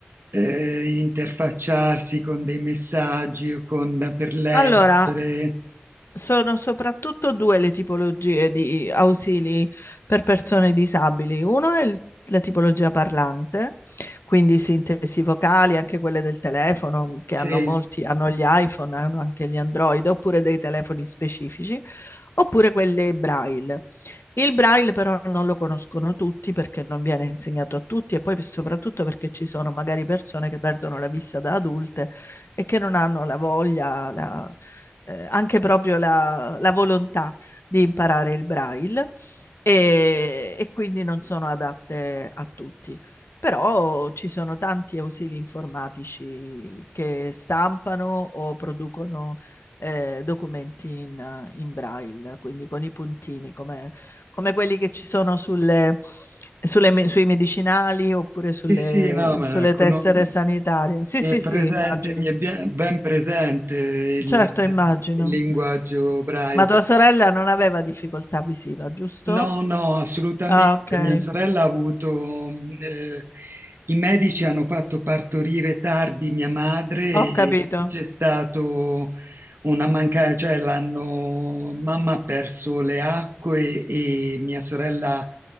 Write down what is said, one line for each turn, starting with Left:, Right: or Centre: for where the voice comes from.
Right: eh, interfacciarsi con dei messaggi o con, per leggere.
Left: Allora, Sono soprattutto due le tipologie di ausili per persone disabili. Uno è il- la tipologia parlante, quindi sintesi vocali, anche quelle del telefono, mm, che
Right: Sì.
Left: hanno molti, hanno gli iPhone, hanno anche gli Android, oppure dei telefoni specifici, oppure quelle Braille. Il Braille però non lo conoscono tutti perché non viene insegnato a tutti e poi soprattutto perché ci sono magari persone che perdono la vista da adulte e che non hanno la voglia, la eh, anche proprio la, la, volontà di imparare il braille e, e quindi non sono adatte a tutti. Però ci sono tanti ausili informatici che stampano o producono eh, documenti in, in, braille, quindi con i puntini, come, come quelli che ci sono sulle, sulle, sui medicinali oppure sulle,
Right: Sì, sì, no, ma
Left: sulle
Right: cono-
Left: tessere sanitarie. Sì,
Right: mi
Left: sì,
Right: è presente,
Left: sì, immagino.
Right: mi è bien- ben presente il,
Left: Certo, immagino.
Right: il linguaggio Braille.
Left: Ma tua sorella non aveva difficoltà visiva, giusto?
Right: No, no, assolutamente.
Left: Ah, ok,
Right: Mia sorella ha avuto, eh, i medici hanno fatto partorire tardi mia madre
Left: ho
Right: e
Left: capito.
Right: c'è stato una mancanza, cioè l'hanno, mamma ha perso le acque e mia sorella,